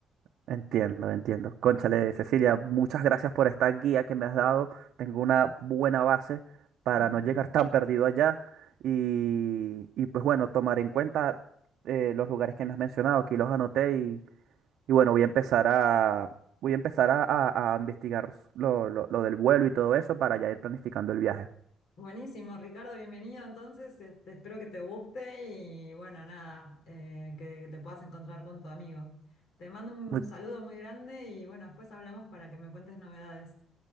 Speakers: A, on the right; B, on the left.
A: Entiendo, entiendo. Cónchale, Cecilia, muchas gracias por esta guía que me has dado. Tengo una buena base para
B: Ujú.
A: no llegar tan perdido allá. Y, y, pues bueno, tomar en cuenta eh, los lugares que me has mencionado, aquí los anoté y, y bueno, voy a empezar a, voy a empezar a, a- a investigar lo, lo- lo del vuelo y todo eso para ya ir planificando el viaje.
B: Buenísimo, Ricardo, bienvenido. Entonces, este, espero que te guste y bueno, nada, eh, que te puedas encontrar con tu amigo. Te mando un
A: Mu-
B: saludo muy grande y bueno, después hablamos para que me cuentes novedades.